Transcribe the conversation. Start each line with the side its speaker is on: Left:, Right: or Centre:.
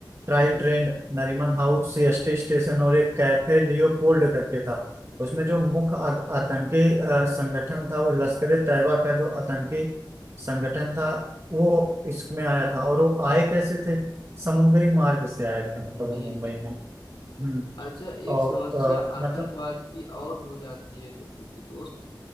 Right: ट्राई
Left: जी
Right: ट्रेंड Nariman house CST station और एक कैफे लियोपोल्ड करके था
Left: जी
Right: उसमें जो
Left: जी
Right: मुख्य आ- आतंकी अ, संगठन था वो लश्कर ए तैयबा का जो आतंकी संगठन था वो इसमें आया था और वो आए कैसे थे समुद्री मार्ग से आए थे मतलब
Left: जी
Right: वो मुंबई
Left: जी
Right: में हम्म
Left: अच्छा एक
Right: और
Left: समस्या
Right: अ,
Left: आतंकवाद
Right: मतलब
Left: की और हो जाती है तो उनकी दोस्त